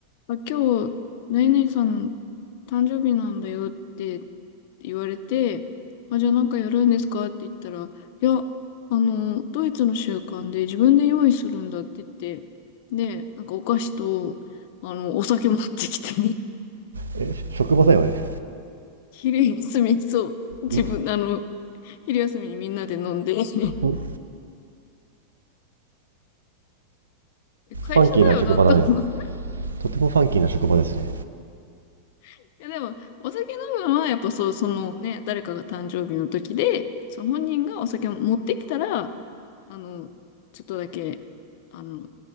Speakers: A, on the left; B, on the right.
A: あ、今日、何々さん誕生日なんだよって言われて、あ、じゃあなんかやるんですかって言ったら、いや、あの、ドイツの習慣で自分で用意するんだって言って、で、なんかお菓子と、あの、お酒持ってきて
B: え、職場だよね。
A: 昼休み、そう。自分、
B: んん
A: あの、昼休みにみんなで飲んで、<laughs>
B: フ
A: 会社だよな、
B: ァンキーな職場だね。
A: と思う。<laughs>
B: とてもファンキーな職場ですね。
A: いや、でも、お酒飲むのは、やっぱそう、そのね、誰かが誕生日の時で、その本人がお酒を持ってきたら、あの、ちょっとだけ、あの、